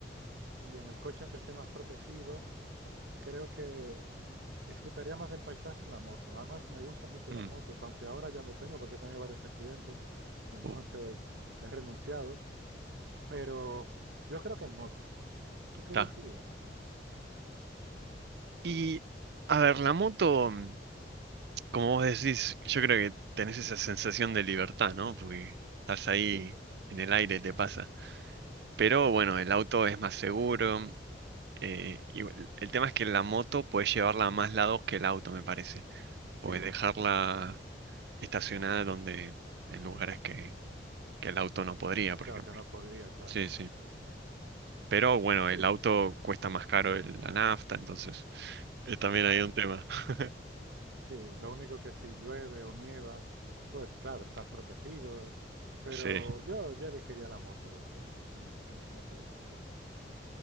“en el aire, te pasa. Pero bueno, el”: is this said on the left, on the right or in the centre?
Right